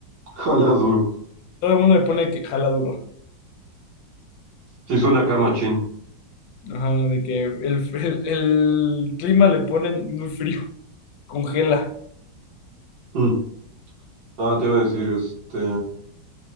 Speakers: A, on the right; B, on the left.
A: Ojalá <clears throat> duro.
B: Todo el mundo le pone que jala duro.
A: Sí suena acá, machín.
B: Ajá, de que el, el- el clima le ponen muy frío, congela.
A: Mm. Ah, te iba a decir, este...